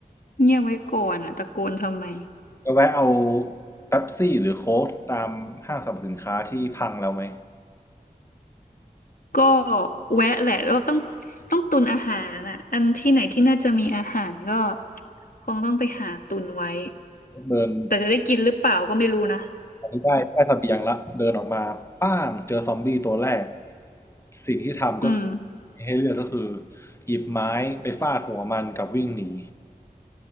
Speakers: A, on the left; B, on the left.
A: เงียบไว้ก่อนอ่ะตะโกนทำไม
B: ๆก็แวะเอาเป๊ปซี่หรือโค้กตามห้างสรรพสินค้าที่พังแล้วไหม
A: ก็แวะแหละเราต้องต้องตุนอาหารอ่ะอันที่ไหนที่น่าจะมีอาหารก็คงต้องไปหาตุนไว้
B: เดิน
A: แต่จะได้กินหรือเปล่าก็ไม่รู้นะ
B: น้ได้ได้เสบียงละเดินออกมาป้างเจอซอมบี้ตัวแรก สิ่งที่ทำก็คือให้เลือกก็คือ
A: อืม
B: หยิบไม้ไปฟาดหัวมันกับวิ่งหนี